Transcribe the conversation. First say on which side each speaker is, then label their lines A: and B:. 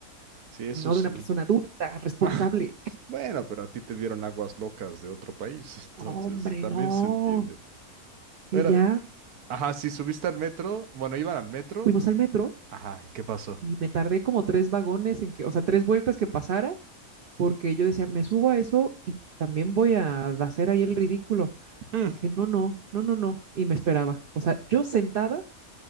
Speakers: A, on the right (about 80°); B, on the right (about 55°).
A: Sí, eso
B: no
A: sí.
B: de una persona adulta, responsable.
A: <laughs>
B: <laughs>
A: Bueno, pero a ti te dieron aguas locas de otro país, <laughs> entonces
B: Hombre,
A: también
B: no.
A: se entiende.
B: Y
A: Bueno,
B: ya
A: Ajá, sí, subiste al metro. Bueno, iban al metro
B: fuimos
A: y...
B: al metro
A: Ajá, ¿qué pasó?
B: y me tardé como tres vagones en que, o sea, tres vueltas que pasara porque yo decía, me subo a eso y también voy a hacer ahí el ridículo.
A: Mm,
B: Dije, no, no, no, no, no, y me esperaba. O sea, yo sentada